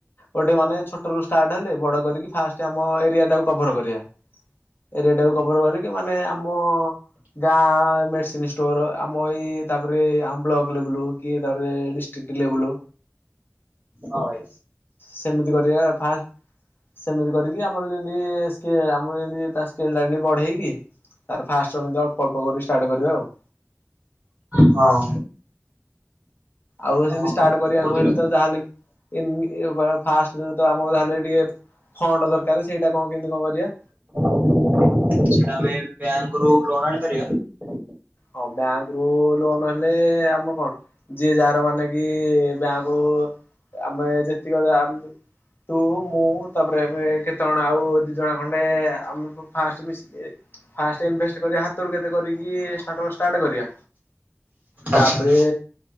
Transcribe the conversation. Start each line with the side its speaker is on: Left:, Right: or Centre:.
Left: ଗୋଟେ ମାନେ ଛୋଟ ରୁ ଷ୍ଟାର୍ଟ ହେଲେ ବଡ କରିକି ଫାଷ୍ଟ ଆମ ଏରିଆଟାକୁ କଭର କରିବା।
Right: ହ
Left: ଏରିଟାକୁ କବର କରିକି ମାନେ ଆମ ଗାଁ ମେଡିସିନ ଷ୍ଟୋର ଆମ ଏଇ ତାପରେ ଆମ ବ୍ଲକ ଲେବଲ କିଏ ତାପରେ ଡିଷ୍ଟ୍ରିକ୍ଟ ଲେବଲୁ
Right: ହଁ ଭାଇ
Left: ସେମିତି କରିବା ଫାଷ୍ଟ। ସେମିତି କରିକି ଆମର ଯେମତି ସ୍କେ ଆମର ଯେମିତି ସ୍କୈ ଲାଇନ୍ ବଢ଼େଇକି ତାର ଫାଷ୍ଟ କେମତି ଅଳ୍ପ ଅଳ୍ପ କରି ଷ୍ଟାର୍ଟ କରିବା ଆଉ।
Right: ହଁ।
Left: ଆଉ
Right: ହଁ
Left: ସେମିତି
Right: ହଁ
Left: ଷ୍ଟାର୍ଟ
Right: ମୁଁ
Left: କରିବାକୁ
Right: କହୁଥିଲି
Left: ହେଲେ ତ ଯାହାହେଲେ କି, <unintelligible> ଫାଷ୍ଟ ଆମକୁ ତ ଯିହାହେଲେବି ଟିକେ ଫଣ୍ଡ ଦରକାର ସେଇଟା କଣ କେମତି କଣ କରିବା?
Right: ସେଟା ଆମେ ବ୍ୟାଙ୍କରୁୁ ଲୋନ ଆଣିପାରିବା।
Left: ହଁ ବ୍ୟାଙ୍କ ରୁ ଲୋନ ହେଲେ ଆମ କଣ ଯିଏ ଯାହାର ମାନେ କି ବ୍ୟାଙ୍କରୁ ଆମେ ଯେତିକ ଯା ତୁ ମୁଁ ତାପରେ ଏବେ କେତେଜଣ ଆଉ ଦି ଜଣ ଖଣ୍ଡେ ଆମ ଫାର୍ଷ୍ଟ ମିଶି ଫାର୍ଷ୍ଟ ଇନଭେଷ୍ଟ୍ କରିବା ହାତରୁ କେତେ କରିକି <unintelligible> ଷ୍ଟାର୍ଟ କରିବା ତାପରେ
Right: ଆଚ୍ଛା।